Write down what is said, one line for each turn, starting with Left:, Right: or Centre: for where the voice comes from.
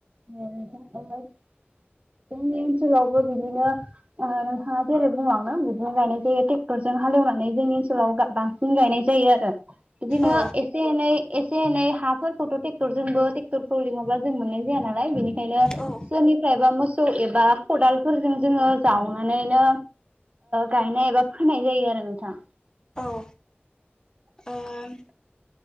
Right: जोंनि ओनसोलावबो बिदिनो नोंथाङा जेरै बुङावनो बिदिनो गायनाय जायो ट्रेक्टरजों हालेवनानै जोंनि ओनसोलाव बांसिन गायनाय जायो आरो बिदिनो
Left: औ
Right: एसे एनै एसे एनै हाफोरखौथ' टक्टरजोंबो‌ टेक्टरखौ लिङाबा जों मोननाय जाया ना <unintelligible> ओंखायनो
Left: औ
Right: सोरनिफ्रायबा मोसौ एबा खदाल फोरजों जोङो जावनानैनो गायनाय एबा फोनाय जायो आरो नोंथां
Left: औ ओ